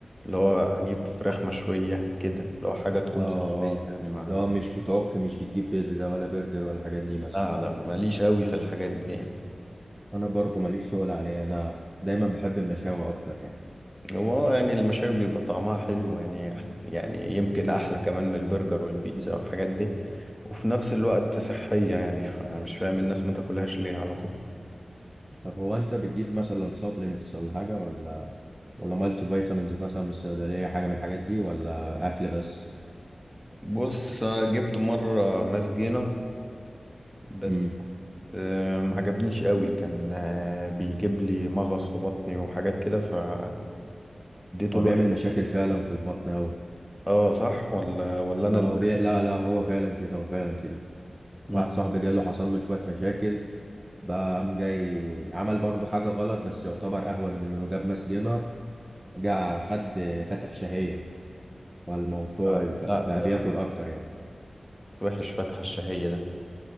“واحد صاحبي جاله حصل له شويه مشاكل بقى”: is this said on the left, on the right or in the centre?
Right